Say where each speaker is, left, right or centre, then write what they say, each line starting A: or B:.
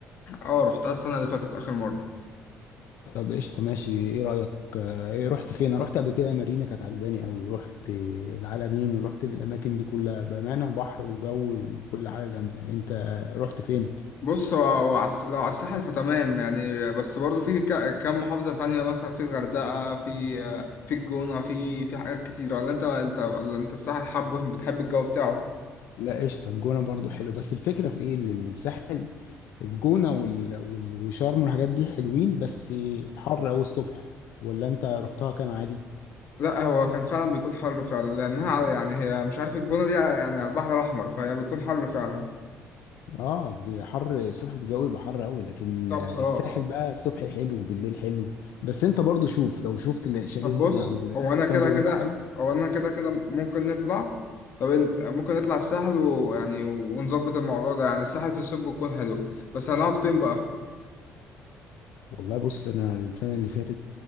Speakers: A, on the left; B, on the left.
A: اه رحتها السنه اللي فاتت اخر مره
B: طب قشطة ماشي إيه رأيك آه، إيه رحت فين أنا رحت قبل كده مارينا كانت عجباني أوي رحت العلمين ورحت الأماكن دي كلها بأمانة بحر وجو وكل حاجة جامدة أنت رحت فين
A: بص هو- هو عس- لو على الساحل فتمام يعني بس برضو في ك- كام محافظه تانية مثلا في الغردقه في في الجونه في في حاجات كتير ولا انت انت ولا انت الساحل حابه بتحب الجو بتاعه
B: لا قشطة الجونة برضو حلو بس الفكرة في ايه ال- الساحل الجونة وال... وال... وشرم والحاجات دي حلوين بس حر أوي الصبح ولا انت رحتها كان عادي
A: لا هو كان فعلا بيكون حر فعلا لأنها على- يعني هي مش عارف الجونة دي يعني على البحر الأحمر فهي بتكون حر فعلا
B: اه بحر الصبح الجو يبقى حر قوي لكن
A: طب
B: الساحل
A: خلاص
B: بقى الصبح حلو بالليل حلو بس انت برضو شوف لو شفت شاليه
A: طب بص
B: هنا او لقيت
A: هو أنا
B: فندق
A: كده
B: هنا
A: كده
B: حلو
A: هو أنا كده كده ممكن نطلع طب انت ممكن نطلع الساحل ويعني ونظبط الموضوع ده يعني الساحل في الصيف بيكون حلو بس هنقعد فين بقى؟
B: والله بص انا السنه اللي فاتت